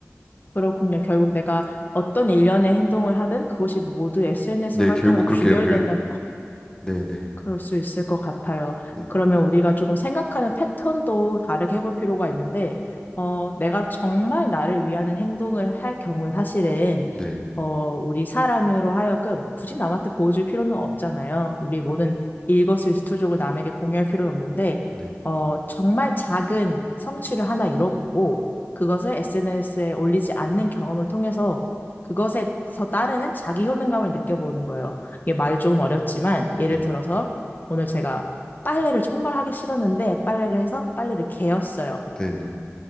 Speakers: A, on the left; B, on the left.
A: 그렇군요. 결국 내가 어떤 일련의 행동을 하든 그것이 모두 SNS
B: 네,
A: 활동으로
B: 결국 그렇게
A: 귀결된다,
B: 연결. 네네.
A: 그럴 수 있을 것 같아요.
B: 네,
A: 그러면 우리가 조금 생각하는 패턴도 다르게 해볼 필요가 있는데, 어, 내가 정말 나를 위하는 행동을 할 경우에 사실은,
B: 네,
A: 어, 우리 사람으로 하여금 굳이 남한테 보여줄 필요는 없잖아요. 우리의 모든 일거수일투족을 남에게 공유할 필요는 없는데,
B: 네, 네,
A: 어, 정말 작은 성취를 하나 이뤄보고, 그것을 SNS에 올리지 않는 경험을 통해서 그것에서 따르는 자기 효능감을 느껴보는 거예요. 이게 말이 조금 어렵지만 예를
B: 네,
A: 들어서 오늘 제가 빨래를 정말 하기 싫었는데 빨래를 해서 빨래를 개었어요.
B: 네. 네.